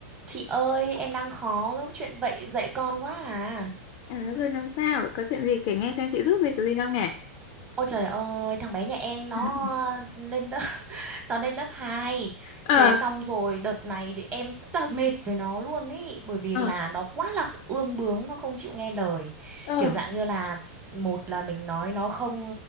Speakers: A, on the right (about 25°); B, on the left (about 45°).
A: Chị ơi, em đang khó gấp chuyện vậy dạy con quá à.
B: À, rồi làm sao? Có chuyện gì kể nghe xem chị giúp gì cái gì không nhỉ?
A: Ôi trời ơi, thằng bé nhà em nó
B: <laughs>
A: lên lớp <laughs> nó lên lớp 2.
B: Ờ,
A: Thế xong rồi đợt này thì em rất là mệt với nó luôn ý, bởi vì
B: ờ,
A: là nó quá là ương bướng, nó không chịu nghe lời.
B: ờ
A: Kiểu dạng như là một là mình nói nó không